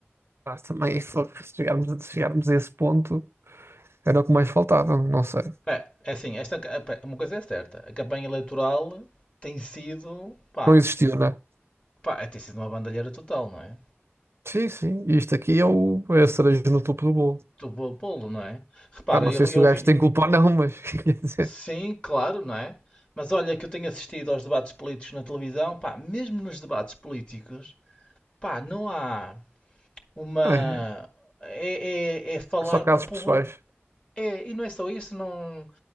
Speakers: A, on the right; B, on the left.
A: Mas também, se for- se chegarmos, a- se chegarmos a esse ponto, era o que mais faltava, não sei.
B: É, é assim, esta, ca- pá, uma coisa é certa: a campanha eleitoral tem sido. Pá,
A: Não existiu, né?
B: pá, é, tem sido uma bandalheira total, não é?
A: Sim, sim, e isto aqui é, o, é a cereja no topo do bolo.
B: Do bo- bolo, não é? Repara,
A: Pá, não
B: eu,
A: sei se
B: eu
A: o gajo
B: vi.
A: tem culpa ou não, mas <laughs> quer dizer,
B: Sim, claro, não é? Mas olha que eu tenho assistido aos debates políticos na televisão, pá, mesmo nos debates políticos. Pá, não há uma.
A: é,
B: É, é, é falar
A: só casos
B: para o povo.
A: pessoais.
B: É, e não é só isso, não.